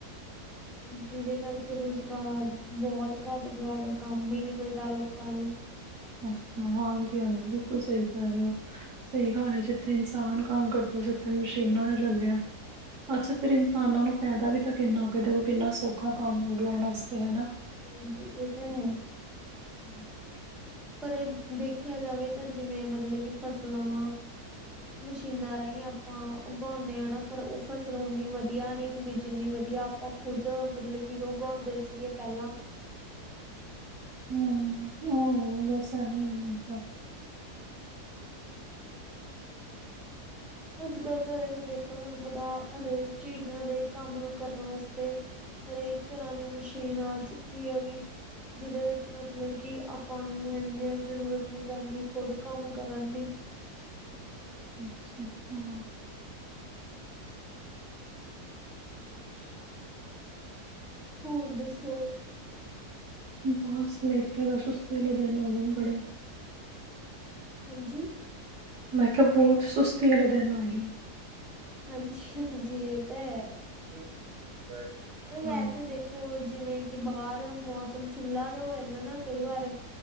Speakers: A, in the centre; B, on the right.
A: ਜਿਹਦੇ ਕਰਕੇ, ਰੁਜ਼ਗਾਰ ਬਹੁਤ ਘੱਟ ਗਿਆ ਵਾ। ਕੰਮ ਹੀ ਨਹੀਂ ਮਿਲਦਾ
B: ਅੱਛਾ।
A: ਲੋਕਾਂ ਨੂੰ
B: ਹਾਂਜੀ- ਹਾਂਜੀ, ਬਿਲਕੁਲ ਸਹੀ ਕਰ ਰਹੇ ਹੋ। ਸਹੀ ਗਲ ਹੈ। ਜਿੱਥੇ ਇਨਸਾਨ ਕੰਮ ਕਰਦਾ ਸੀ। ਉੱਥੇ ਮਸ਼ੀਨਾਂ ਨੇ, ਲੈ ਲਿਆ। ਅੱਛਾ ਫੇਰ, ਇਨਸਾਨਾਂ ਨੂੰ ਫਾਇਦਾ ਵੀ ਤਾਂ ਕਿੰਨਾ ਕ, ਦੇਔ ਕਿੰਨਾ ਸੌਖਾ ਕੰਮ, ਹੋ ਗਿਆ ਇਹਨਾਂ ਵਾਸਤੇ ਹਨਾ।
A: ਹਾਂਜੀ, ਇਹ ਤਾਂ ਹੈ।
B: <inaudible>
A: ਪਰ ਅ ਦੇਖਿਆ ਜਾਵੇ ਤਾਂ, ਜਿਵੇਂ ਮਤਲਬ ਕਿ ਫਸਲਾਂ ਮਸ਼ੀਨਾਂ ਰਾਹੀਂ ਆਪਾਂ, ਉਗਾਉਂਦੇ ਹਾਂ ਨਾ। ਪਰ ਉਹ ਫਸਲ, ਉਨੀ ਵਧੀਆ ਨੀ ਹੁੰਦੀ। ਜਿੰਨੀ ਵਧੀਆ ਆਪਾਂ ਖੁੱਦ, ਮਤਲਬ ਕਿ ਉਗਾਉਂਦੇ ਸੀਗੇ ਪਹਿਲਾਂ।
B: ਹਖੰ। ਔ ਹੋ, ਦਸ ਐਵੀ ਹੀ ਹੈ।
A: ਅੱਜ ਕੱਲ ਤਾਂ <unintelligible> ਦੇਖੋ ਤੁਹਾਨੂੰ ਪਤਾ, ਹਰ ਇਕ ਚੀਜ਼ ਨੂੰ, ਹਰੇਕ ਕੰਮ ਨੂੰ ਕਰਨ ਵਾਸਤੇ। ਹਰ ਇਕ ਤਰਾਂ, ਦੀ ਮਸ਼ੀਨ ਆ ਚੁੱਕੀ ਹੈਗੀ। ਜਿਹਦੇ ਵਿੱਚ ਮਤਲਬ ਕਿ, ਆਪਾਂ ਨੂੰ ਏਨੀ ਜ਼ਰੂਰਤ ਨਹੀ ਪੈਂਦੀ, ਖੁਦ ਕੰਮ ਕਰਨ ਦੀ।
B: ਅੱਛਾ, ਹਾ।
A: <unintelligible> ਹੋਰ ਦੱਸੋ?
B: ਬਸ ਲੈਟੇ ਰਹੋ। ਸੁਸਤੀ ਦੇ ਦਿਨ ਹੋ ਗਏ ਨੇ। ਬੜੇ
A: ਹਾਂਜੀ।
B: ਮੈਂ ਕਿਹਾ, ਬਹੁਤ ਸੁਸਤੀ, ਵਾਲੇ ਦਿਨ ਹੋਈ।
A: ਹਾਂਜੀ-ਹਾਂਜੀ ਇਹ ਤਾ ਹੈ।
B: <unintelligible>
A: ਇਹ ਵੈਸੇ
B: ਹਾਂ।
A: ਦੇਖੋ, ਜਿਵੇਂ ਕਿ ਬਾਹਰ, ਮੌਸਮ ਸਿੱਲਾ ਜਿਹਾ, ਹੋ ਜਾਂਦਾ ਨਾ ਕਈ ਵਾਰ।